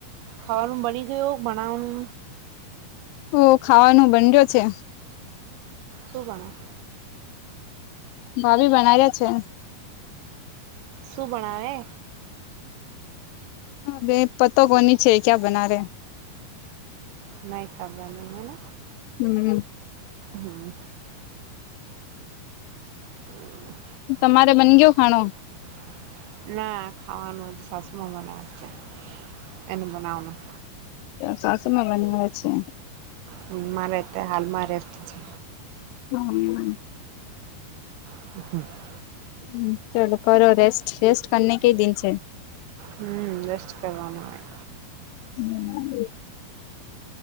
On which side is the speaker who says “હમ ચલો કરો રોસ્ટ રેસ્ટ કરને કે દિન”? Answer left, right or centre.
Left